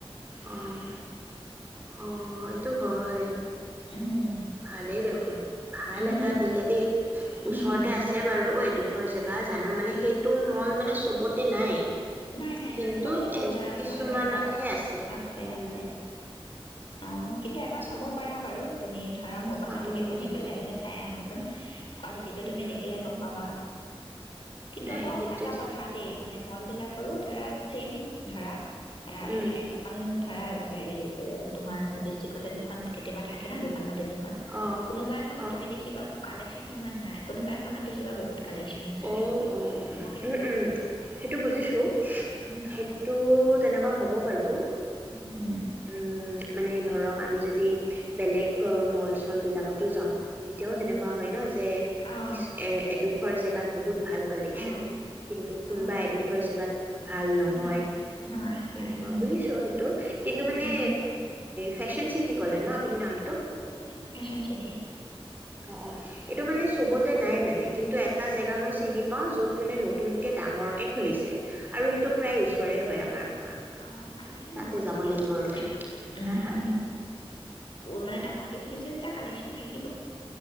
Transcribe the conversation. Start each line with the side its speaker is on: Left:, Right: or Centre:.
Right: অ', অ' এইটো হয়।
Left: উম
Right: ভালেই দেখোন, ভাল
Left: উম
Right: এটা দিলে দেই
Left: উম
Right: ওচৰতে আছে বাৰু এডোখৰ জেগা জানো মানে সেইটো মই মানে চবতে নাই।
Left: নাই নাই
Right: কিন্তু
Left: নাই, চব জেগাত
Right: এ
Left: নাই,
Right: কিছুমানতহে
Left: অলপ দিগদাৰ আছে
Right: উম
Left: আছে। অ কিন্তু এবাৰ
Right: ঠিকে
Left: চাব পাৰা বাৰু তুমি ধৰা মোৰ
Right: চাম
Left: কথাটোকে
Right: মই
Left: শুনি
Right: সেইটো
Left: পেলাই বুলি চাই আহোচোন। কোৱালিটিটো
Right: উম
Left: তুমি দেখিলে গম পাবা, কিন্তু
Right: নাই
Left: আকৌ
Right: সেইটোৱে
Left: এটা
Right: চাম
Left: কথা দেই মানে মল বিলাক হলেও ধৰা চছেম ধৰা এ
Right: উম উম
Left: এক একেখন ধৰা, হেৰি তোমাৰ ডিষ্ট্ৰিক্তে দুখন কেতিয়াবা থাকে ন, দুখন বা তিনি
Right: অ',
Left: কোনোবা এখন
Right: অ', অ',
Left: তুমি দেখিবা কাল সিমান নাই কোনোবা এখনত দে কিবা বহুত কালেকচন হৈ,
Right: অ', অ', উম
Left: মই কিন্তু পাইছো
Right: উম
Left: তেনেকুৱা।
Right: সেইটো বুজিছোঁ সেইটো
Left: উম উম
Right: তেনেকুৱা হব বাৰু
Left: উম উম
Right: উম, মানে ধৰক আমি যদি বেলেগ মল চল বিলাকতো যাওঁ তেতিয়াও
Left: উম
Right: যেনেকুৱা হয় ন যে
Left: অ
Right: কিছু এ এড খৰ জেগাত বহুত ভাল কালেকচন,
Left: অ
Right: কিন্তু কোনোবা
Left: অ
Right: এডোখৰ জেগাত ভাল নহয়
Left: নাই নাই
Right: তেনেকুৱা
Left: নাই উম
Right: বুজিছো সেইটো কিন্তু মানে
Left: উম
Right: ফেশচন চিটি গলে ন আপোনাৰ নাম
Left: উম উম ফেঁচন চিঠি
Right: অহ অহ এইটো মানে চবতে নাই মানে কিন্তু এটা জেগা
Left: অ
Right: মই চিনি পাও যত মানে নতুনকে ডাঙৰকে খুলিছে আৰু
Left: অ
Right: সেইটো
Left: তেতিয়াহলে
Right: প্ৰায় ওচৰে
Left: কালেক্সন
Right: হয়
Left: থাকিব
Right: আমাৰ পৰা
Left: অ কালেক্সন
Right: তাতে
Left: হব
Right: যাব
Left: তেতিয়লে
Right: লাগিব ৰ'ব
Left: উম
Right: হা হা
Left: উম মানে ডাঙৰক খুলিছে যদি কালেকচন থাকিবই।